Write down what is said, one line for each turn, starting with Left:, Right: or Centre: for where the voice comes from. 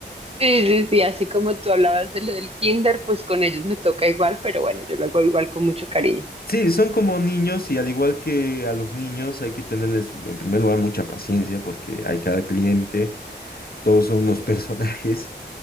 Right: Sí, sí, sí, así como tú hablabas de lo del kinder, pues con ellos me toca igual, pero bueno, yo lo hago igual con mucho cariño.
Left: Sí, son como niños y al igual que a los niños hay que tenerles en primer lugar mucha paciencia porque hay cada cliente, todos son unos <laughs> personajes.